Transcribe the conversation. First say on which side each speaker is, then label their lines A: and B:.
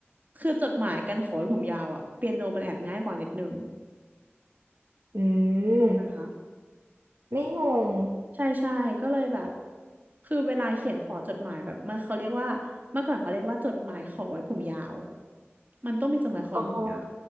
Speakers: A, on the right; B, on the right.
A: คือจดหมายการขอให้ผมยาวอ่ะเปียโนมันแอบง่ายกว่านิดนึง
B: อื
A: งงไหมคะ
B: มไม่งง
A: ใช่ใช่ก็เลยแบบคือเวลาเขียนขอจดหมายแบบมันเขาเรียกว่าเมื่อก่อนเขาเรียกว่าจดหมายขอไว้ผมยาวมันต้องมีจดหมายขอไว้ผมยาว
B: อ๋อ